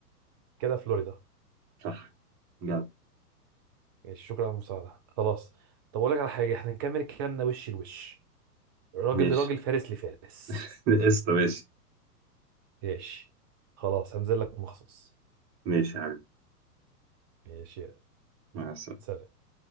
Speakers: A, on the right; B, on the right.
A: كده فلوريدا
B: صح جدع
A: ماشي شكرا على المساعده خلاص طب اقول لك على حاجه احنا نكمل كلامنا وش لوش راجل
B: ماشي
A: لراجل فارس لفارس
B: <laughs> قشطة ماشي
A: ماشي خلاص هنزل لك مخصوص
B: ماشي يا حبيبي
A: ماشي يلا
B: مع
A: يلا.
B: السلامة
A: سلام